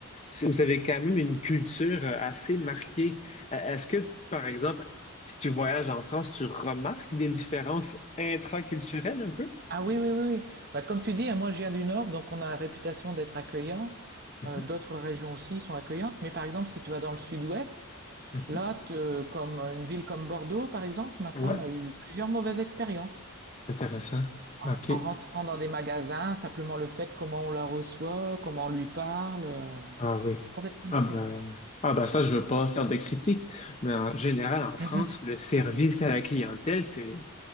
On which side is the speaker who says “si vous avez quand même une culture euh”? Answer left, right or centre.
Left